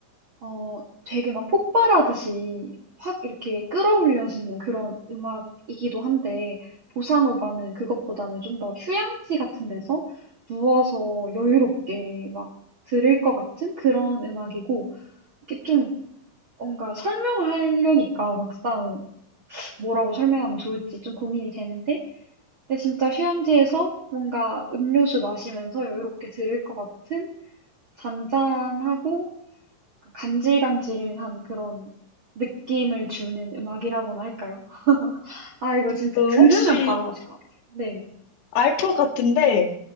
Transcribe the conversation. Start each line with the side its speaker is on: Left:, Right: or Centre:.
Right: 어, 되게 막 폭발하듯이 확 이렇게 끌어올려지는 그런 음악이기도 한데, 보사노바는 그것보다는 좀 더 휴양지 같은 데서 누워서 여유롭게 막 들을 것 같은 그런 음악이고, 이게 좀 뭔가 설명을 하려니까 막상 뭐라고 설명하면 좋을지 좀 고민이 되는데, 근데 진짜 휴양지에서 뭔가 음료수 마시면서 여유롭게 들을 것 같은 잔잔하고 간질간질한 그런 느낌을 주는 음악이라고나 할까요? 아, 이거 진짜
Left: 그
Right: 들으면
Left: 혹시
Right: 바로 아실 것 같아요. 네.
Left: 알 것 같은데